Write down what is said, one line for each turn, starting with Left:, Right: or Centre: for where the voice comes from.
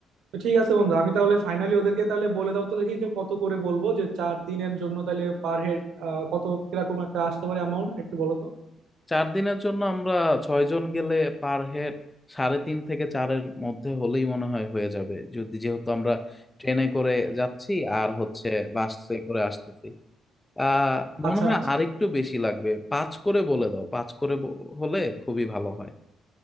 Right: তো ঠিক আছে বন্ধু আমি তাহলে ফাইনালি ওদেরকে তাহলে বলে দাও তো দেখি যে কত করে বলবো যে চার দিনের জন্য তাহলে পার হেড কত কিরকম একটা আসতে পারে অ্যামাউন্ট একটু বলো তো
Left: চার দিনের জন্য আমরা ছয়জন গেলে পার হেড সাড়ে তিন থেকে চারের মধ্যে হলেই মনে হয় হয়ে যাবে যদি যেহেতু আমরা ট্রেনে করে যাচ্ছি আর হচ্ছে বাসে করে আসতেছি আহ মনে
Right: আচ্ছা
Left: হয়
Right: আচ্ছা
Left: আরেকটু বেশি লাগবে পাঁচ করে বলে দাও পাঁচ করে ব- হলে খুবই ভালো হয়